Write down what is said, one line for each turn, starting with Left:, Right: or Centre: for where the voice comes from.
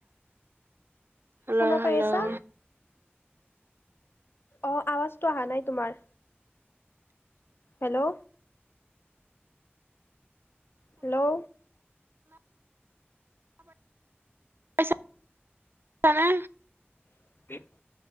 Right: হেল্ল'
Left: শুনা পাই
Right: হেল্ল'
Left: আছা? অ আৱাজটো অহা নাই তোমাৰ হেল্ল' হেল্ল'
Right: পাইছা ছানে
Left: <unintelligible>